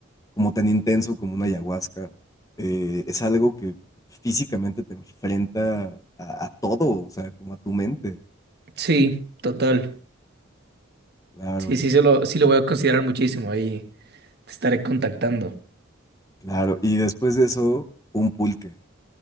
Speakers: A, on the left (about 15°); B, on the right (about 55°).
A: como tan intenso como una ayahuasca, eh, es algo que físicamente te enfrenta a, a todo, o sea, como a tu mente.
B: Sí, total.
A: Claro,
B: Sí,
A: y,
B: sí, sí lo, sí lo voy a considerar muchísimo. Ahí te estaré contactando.
A: claro. Y después de eso, un pulque.